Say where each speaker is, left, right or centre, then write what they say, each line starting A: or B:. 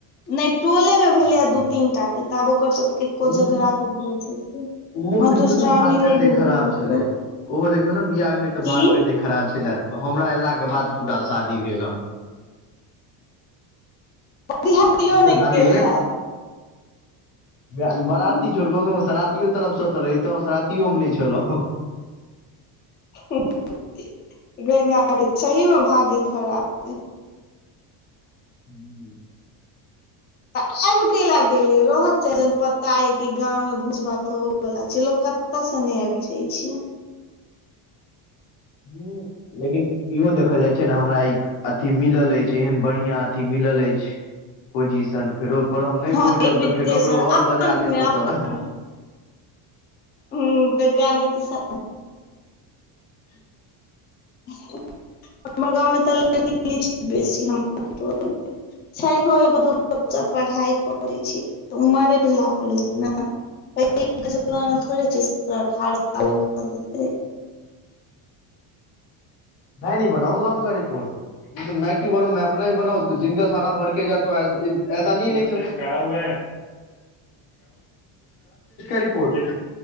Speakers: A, on the left (about 20°); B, on the left (about 80°).
A: नै टोले मे भेलैय
B: के
A: दू तीन टा के तऽ आब ओकर सबके कोजगरा
B: ओम
A: के भोज हेतै।
B: ओहो मे
A: मधुश्रावणी
B: देखियौ ने भाग कते
A: नै भेलैये
B: खराब
A: ककरो
B: छलै ओहो देखियौ ने बियाह भेलै तऽ
A: की
B: भाग कते खराब छले, हमरा अयलाके बाद पूरा शादी भेल हन।
A: बरियातियो
B: जते
A: नेय
B: शादी
A: गेल हैब।
B: ग बारती
A: हूँ
B: छोड़ूं कम स कम सरातीयो तरफसे तऽ रहितहुँ सरातीयोमे नै छलहुँ।
A: ह्म ह्म गै मैय गे सही मे भागे खराब अइ
B: हूँ
A: तऽ आबि कैला गेलियै रहक चाही जहन पता अइ कि गाँव मे भोज भात होय। बला छैय, लोक कत्तौ से नै आबि जाइ छै।
B: हूॅं लेकिन इहो देखल जाइ छैय, ने हमरा ई अथी मिलल अछि, एहन बढ़ियां अथी मिलल अछि। पोजिशन फेरो ओहि पर हम नै
A: हँ
B: पहुँचब
A: इन्विटेशन
B: तऽ फेर ककरो और
A: अपन
B: बजा लेत
A: मे अपन
B: ओतय।
A: हूँ वैज्ञानिक किसा
B: <inaudible>
A: हमर गाँव मे तऽ लड़की नै छैय बेसि हमर टोल में छैहियो एगो दूगो पढ़ाई करैत छी तऽ उमरे बियाह करत ने उएह के जमानाथोड़े छै, अठारह साल क देतै।
B: मैं नही बनाउंगा उनका रिपोर्ट। मैं क्यू बनाउ मैं अपना ही बना दिन का सारा भरके जा ऐसा तो नही ठीक केह रहा हूं मैं। रिपोर्ट